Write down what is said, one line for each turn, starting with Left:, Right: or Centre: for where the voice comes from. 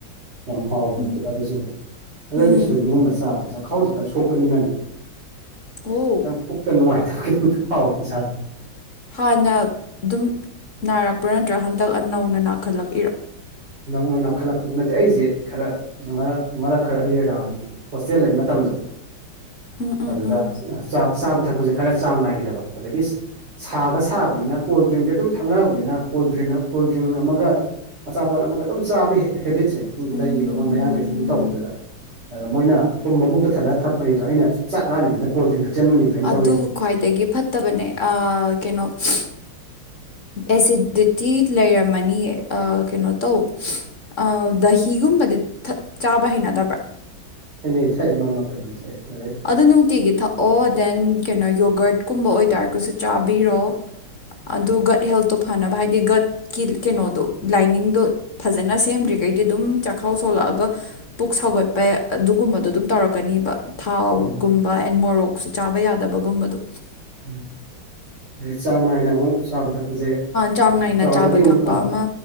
Right: ꯌꯥꯝ ꯍꯥꯎꯕꯅꯦ
Left: ꯎꯝ
Right: ꯑꯗꯨꯖꯨꯀꯣ ꯑꯗꯨ ꯑꯩꯗꯤ
Left: ꯎꯝ
Right: ꯁꯣꯏꯕꯨꯝ ꯒꯨꯝꯕ ꯆꯥꯕꯁꯦ ꯆꯈꯥꯎꯁꯦ ꯈꯔ ꯁꯣꯛꯄꯅꯤꯅꯅꯦ
Left: ꯑꯣ
Right: ꯈꯤꯇꯪ ꯄꯨꯛꯇ ꯅꯨꯡꯉꯥꯏꯇꯕ ꯈꯤꯇꯛꯇꯤ ꯐꯥꯎꯋꯦ ꯏꯁꯥꯁꯦ
Left: ꯍꯥꯟꯅ ꯑꯗꯨꯝ ꯅꯥꯔꯛꯄ꯭ꯔꯥ ꯅꯠꯇ꯭ꯔꯒ ꯍꯟꯗꯛ ꯅꯧꯅ ꯅꯥꯈꯠꯂꯛꯏꯔ
Right: ꯅꯧꯅ ꯅꯥꯈꯠꯂꯛꯄꯗꯤ ꯅꯠꯇꯦ ꯑꯩꯖꯦ ꯈꯔ ꯃꯔꯛ ꯃꯔꯛ ꯈꯔ <unintelligible> ꯍꯣꯁꯇꯦꯜ ꯂꯩ ꯃꯇꯝꯗꯣ
Left: ꯎꯝ ꯎꯝ
Right: ꯑꯗꯨꯗ
Left: ꯎꯝ
Right: ꯑ ꯆꯥꯛ ꯆꯥꯕ ꯊꯥꯛꯄꯁꯦ ꯈꯔ ꯆꯥꯡ ꯅꯥꯏꯈꯤꯗꯕ ꯑꯗꯒꯤ ꯁꯥꯒ ꯁꯥꯕꯅꯤꯅ ꯀꯣꯜ ꯗ꯭ꯔꯤꯡꯁꯦ ꯑꯗꯨꯝ ꯊꯥꯛꯅꯕꯅꯤꯅ ꯀꯣꯜ ꯗ꯭ꯔꯤꯡ ꯀꯣꯜ ꯗ꯭ꯔꯤꯡ ꯑꯃꯒ ꯄꯣꯠ ꯑꯃꯒ ꯑꯗꯨꯝ ꯆꯥꯕꯩ ꯍꯦ ꯍꯦꯕꯤꯠꯁꯦ ꯂꯩꯒꯤꯕ
Left: ꯎꯝ
Right: ꯃꯣꯏ ꯃꯌꯥꯡꯒꯩꯁꯨ ꯑꯗꯨꯝ ꯇꯧꯕꯗꯨꯗ ꯑꯗꯨꯗ ꯃꯣꯏꯅ ꯄꯨꯝ ꯃꯕꯨꯛꯇꯣ ꯊꯠꯂꯒ ꯊꯛꯄꯅꯤꯗꯣ ꯑꯩꯅ ꯆꯥꯛ ꯂꯥꯝꯃꯤꯉꯩꯗ ꯀꯣꯜꯗ ꯗ꯭ꯔꯤꯡ ꯊꯛꯆꯟꯕꯅꯤꯗꯅ ꯑꯩꯅ ꯇꯧꯔꯤꯖꯦ
Left: ꯑꯗꯨ ꯈ꯭ꯋꯥꯏꯗꯒꯤ ꯐꯠꯇꯕꯅꯦ ꯑ ꯀꯩꯅꯣ <unintelligible> ꯑꯦꯁꯤꯗꯤꯇꯤ ꯂꯩꯔꯝꯃꯅꯤ ꯌꯦ ꯑ ꯀꯩꯅꯣ ꯇꯧ ꯑ ꯗꯍꯤꯒꯨꯝꯕꯗꯤ ꯊꯥꯛ ꯆꯥꯕ ꯍꯩꯅꯗꯕ꯭ꯔꯥ
Right: ꯍꯩꯅꯩ ꯊꯥꯛꯑꯦ ꯃꯔꯛ ꯃꯔꯛ ꯇ ꯑꯗꯨꯝ ꯊꯥꯛꯑꯦ ꯑꯗꯩ
Left: ꯑꯗꯨ ꯅꯨꯡꯇꯤꯒꯤ ꯊꯥꯛꯑꯣ ꯗꯦꯟ ꯀꯩꯅꯣ ꯌꯣꯒꯔꯠꯀꯨꯝꯕ ꯑꯣꯏꯇꯥꯔꯒꯁꯨ ꯆꯥꯕꯤꯔꯣ ꯑꯗꯨ ꯒꯠ ꯍꯦꯜꯇꯣ ꯐꯅꯕ ꯍꯥꯏꯗꯤ ꯒꯠꯀꯤ ꯀꯩꯅꯣꯗꯣ ꯂꯥꯏꯅꯤꯡꯗꯣ ꯐꯖꯅ ꯁꯦꯝꯗ꯭ꯔꯤꯈꯩꯗꯤ ꯑꯗꯨꯝ ꯆꯈꯥꯎ ꯁꯣꯛꯂꯛꯑꯒ ꯄꯨꯛ ꯁꯧꯒꯠꯄꯩ ꯑꯗꯨꯒꯨꯝꯕꯗꯣ ꯑꯗꯨꯝ ꯇꯧꯔꯛꯀꯅꯤꯕ ꯊꯥꯎꯒꯨꯝꯕ
Right: ꯎꯝ
Left: ꯑꯦꯟ ꯃꯣꯔꯣꯛꯁꯨ ꯆꯥꯕ ꯌꯥꯗꯕꯒꯨꯝꯕꯗꯣ
Right: ꯎꯝ ꯑꯩꯗꯩ ꯆꯥꯡ ꯅꯥꯢꯅ ꯑꯃꯨꯛ ꯆꯥꯕ ꯊꯛꯄ ꯄꯁꯦ
Left: ꯆꯥꯡ
Right: ꯑꯥ
Left: ꯅꯥꯏꯅ
Right: ꯇꯧꯔꯒꯗꯤ
Left: ꯆꯥꯕ
Right: ꯑꯃꯨꯛ
Left: ꯊꯛꯄ
Right: ꯑꯥ
Left: ꯑꯃ